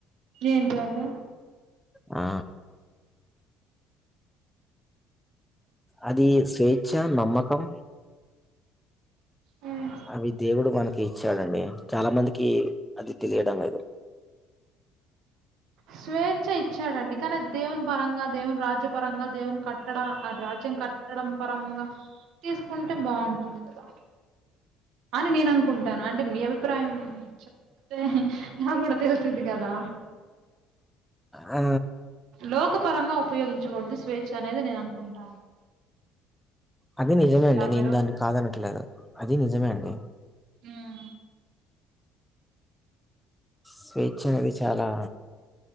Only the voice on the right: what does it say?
ఏంటివండి
హ్మ్.
స్వేచ్ఛ ఇచ్చాడండి కానీ దేవుని పరంగా దేవుని రాజ్య పరంగా దేవుని కట్టడ ఆ రాజ్యం కట్ట కట్టడం పరంగా తీసుకుంటే బాగుంటుంది కదా అని నేను అనుకుంటాను అంటే మీ అభిప్రాయం చెప్తే నాకు కూడా తెలిసిది కదా
లోక పరంగా ఉపయోగించకూడదు స్వేచ్ఛ అనేది నేను అనుకుంటా
మీరు
హ్మ్